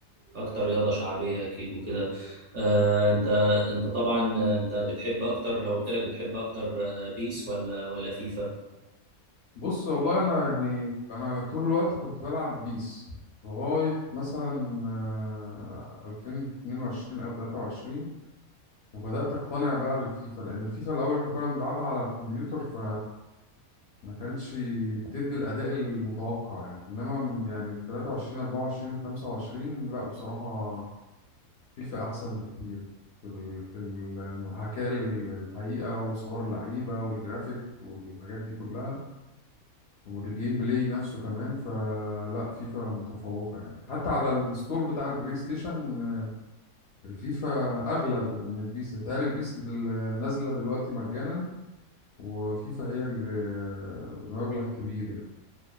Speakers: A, on the right; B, on the left.
A: اكتر رياضه شعبيه اكيد وكده آه انت انت طبعا انت بتحب اكتر لو قلت لك بتحب اكتر آه، بيس ولا ولا فيفا
B: بص والله انا يعني انا طول الوقت كنت بلعب بيس لغايه مثلا آه، 2022 او 23 وبدات اقتنع بقى بالفيفا لان الفيفا الاول احنا كنا بنلعبها على الكمبيوتر ف ما كانتش بتدي الاداء المتوقع يعني انما م- يعني 23 24 25 لا بصراحه فيفا احسن بكتير في ال- في المحاكاه لل- للحقيقه وصور اللعيبه والجرافيك والحاجات دي كلها والجيم بلاي نفسه كمان فلا فيفا متفوقه يعني حتى على الستور بتاع البلاي ستيشن آه، الفيفا اغلى بال- من البيس بتهيألي البيس ال- نازله دلوقتي مجانا وفيفا هي اللي بمبلغ كبير يعني